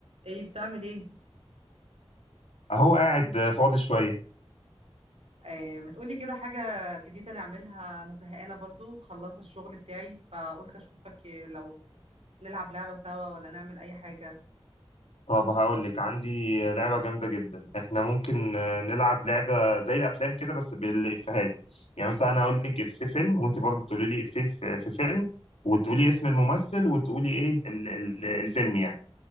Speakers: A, on the right (about 85°); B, on the left (about 85°).
A: ايه بتعمل ايه
B: اهو قاعد فاضي شوية
A: آه ما تقولي كده حاجة جديدة نعملها انا زهقانة برضو خلصت الشغل بتاعي فقلت اشوفك لو نلعب لعبة سوا ولا نعمل اي حاجة
B: طب هقول لك عندي لعبة جامدة جدا احنا ممكن آه، نلعب لعبة زي الافلام كده بس بالافيهات يعني مثلا انا اقول لك في فيلم وانت برضه تقولي لي في في في فيلم وتقولي اسم الممثل وتقولي ايه ال ال الفيلم يعني